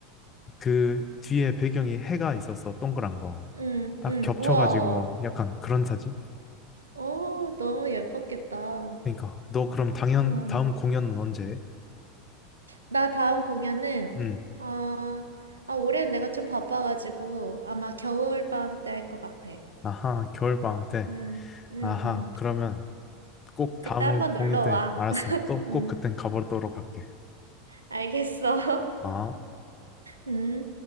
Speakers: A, on the left; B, on the right.
A: 그 뒤에 배경이 해가 있었어. 동그란 거.
B: 응,
A: 딱
B: 응.
A: 겹쳐가지고
B: 우와.
A: 약간 그런 사진?
B: 어, 너무 예뻤겠다.
A: 그러니까 너 그럼 당연
B: 어.
A: 다음 공연은 언제?
B: 나 다음 공연은,
A: 응.
B: 어, 아, 올해는 내가 좀 바빠가지고 아마 겨울방학 때 할 것 같아.
A: 아하, 겨울방학 때.
B: 응, 응,
A: 아하,
B: 응.
A: 그러면 꼭 다음
B: 그때 한번
A: 공연
B: 놀러
A: 때
B: 와.
A: 알았어.
B: <laughs>
A: 또
B: 응,
A: 꼭 그땐 가보도록 할게.
B: 알겠어. <laughs>
A: 아.
B: 응.